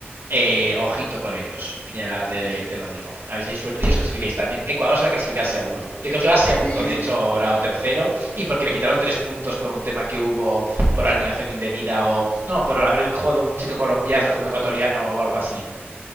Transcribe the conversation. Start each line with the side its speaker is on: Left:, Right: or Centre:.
Right: eh, ojito con ellos. Ya te, te lo digo. A ver si hay suerte y os clasificáis también. Ecuador se va a clasificar seguro. Yo creo que va segundo,
Left: Sí,
Right: de
Left: sí,
Right: hecho,
Left: sí.
Right: ahora o tercero. Y porque le quitaron tres puntos por un tema que hubo por alineación indebida o... No, por haber jugado un chico colombiano como ecuatoriano o algo así.